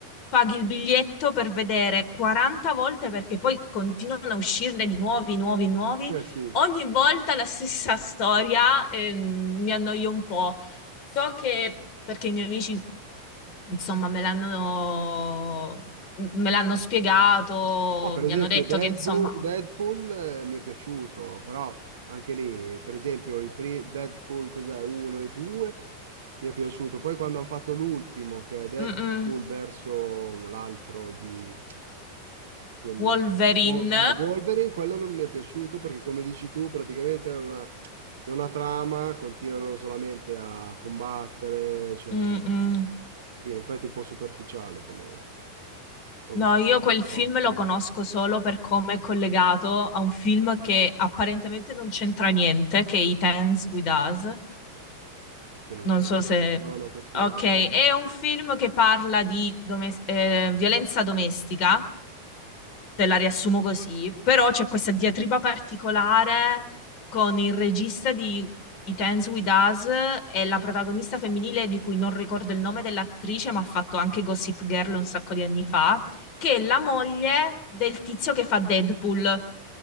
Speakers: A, on the left; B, on the right.
A: paghi il biglietto per vedere 40 volte perché poi continuano a uscirne di nuovi, nuovi, nuovi.
B: Eh, sì.
A: Ogni volta la stessa storia, ehm, mi annoio un po'. So che perché i miei amici, insomma, me l'hanno, me l'hanno spiegato,
B: No, per esempio
A: mi hanno detto
B: Deadpool,
A: che, insomma,
B: Deadpool, eh, mi è piaciuto, però anche lì, per esempio, i pri- Deadpool cos'è, 1 e 2 mi è piaciuto. Poi quando hanno fatto l'ultimo, che è Deadpool
A: mm, mm,
B: verso l'altro di quello,
A: Wolverine
B: Wo- eh, Wolverine, quello non mi è piaciuto perché come dici tu, praticamente è una, non ha trama, continuano solamente a combattere, cioè,
A: Mm-mm.
B: non- sì, in effetti è un po' superficiale come, come
A: No, io
B: come
A: quel film
B: approccio.
A: lo conosco solo per come è collegato a un film che apparentemente non c'entra niente, che è It Ends With Us,
B: che non
A: Non
B: conosco.
A: so se...
B: No, no, questo
A: Ok,
B: non lo conosco.
A: è un film che parla di domes- eh, violenza domestica, te la riassumo così, però c'è questa diatriba particolare con il regista di It Ends With Us e la protagonista femminile di cui non ricordo il nome dell'attrice, ma ha fatto anche Gossip Girl un sacco di anni fa, che è la moglie del tizio che fa Deadpool.